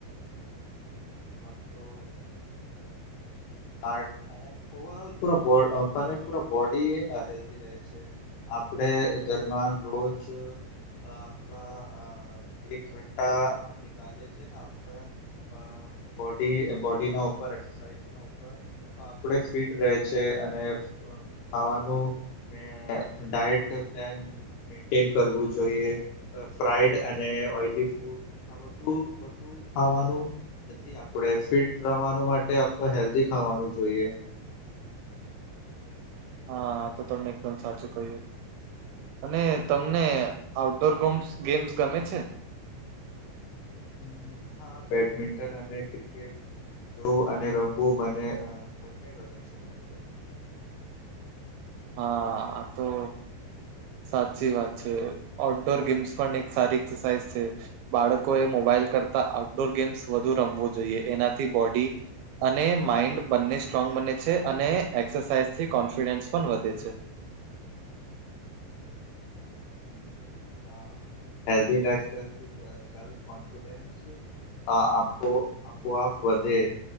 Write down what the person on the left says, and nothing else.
<unintelligible> હાર્ટ અને ઓવર ઓલ પુરા અહ પણ એ પુરા બોડી ભી હેલ્થી રહે છે. છે આપડે દરમિયાન રોજ અહ <inaudible> અહ અહ એક ઘંટા નિકલે છે ને આપડા અહ બોડી બોડી ના ઉપર એક્સરસાઇઝર ના ઉપર ઉપર તો આપડે ફિટ રહે છે અને અહ ખાવાનું મેં ડાયટ પ્લાન મેન્ટેન કરવું જોઈએ અહ ફ્રાઈડ અને ઓઈલી ફૂડ આ બધું બધું ખાવાનું થી આપડે ફિટ રવાનું માટે આપણે હેલ્ધી ખાવાનું જોઈએ.
હમ્મ હા બેડમિન્ટન અને ક્રિકેટ જોું અને રમવું મને નહી ગમે છે મને તો
<unintelligible> આ આપો આપોઆપ વધે.